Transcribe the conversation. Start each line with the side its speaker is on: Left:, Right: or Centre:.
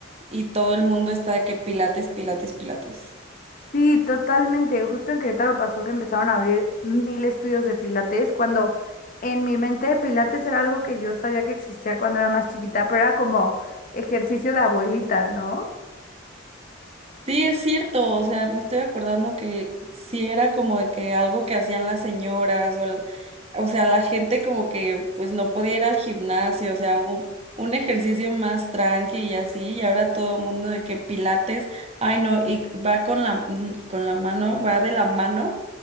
Right: y todo el mundo está de que pilates, pilates, pilates.
Left: Sí, totalmente. Justo en Querétaro pasó que empezaron a abrir mil estudios de pilates, cuando en mi mente pilates era algo que yo sabía que existía cuando era más chiquita, pero era como ejercicio de abuelita, ¿no?
Right: Sí, es cierto, o sea, me estoy acordando que sí era como de que algo que hacían las señoras o, la- o sea, la gente como que pues no podía ir al gimnasio, o sea, un, un ejercicio más tranqui y así, y ahora todo el mundo de que pilates, ay no, y va con la mm, con la mano, va de la mano